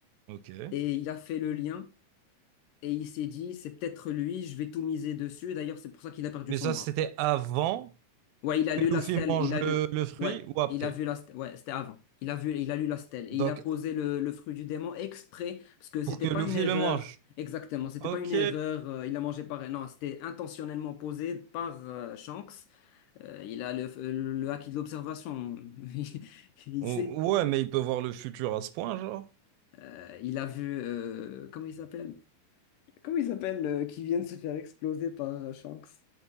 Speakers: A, on the right; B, on the left.
A: ok.
B: Et il a fait le lien et il s'est dit, c'est peut-être lui, je vais tout miser dessus. D'ailleurs, c'est pour ça qu'il a perdu
A: Mais
B: son
A: ça,
B: bras.
A: c'était avant.
B: Ouais, il a
A: Que
B: lu la
A: Luffy
B: stèle,
A: mange
B: il a
A: le,
B: lu,
A: le fruit
B: ouais,
A: ou après?
B: il a vu la stèle, ouais, c'était avant. Il a vu, il a lu la stèle
A: Donc,
B: et il a posé le, le fruit du démon exprès parce que c'était
A: pour que Luffy
B: pas une erreur
A: le mange.
B: exactement, c'était
A: Ok.
B: pas une erreur. euh, il a mangé par, non, c'était intentionnellement posé par euh, Shanks. Euh, il a le, euh, le acquis de l'observation, <laughs> il il
A: Ou-
B: sait.
A: ouais, mais il peut voir le futur à ce point, genre.
B: Euh, il a vu, euh, comment il s'appelle? Comment il s'appelle euh, qui vient de se faire exploser par euh, Shanks?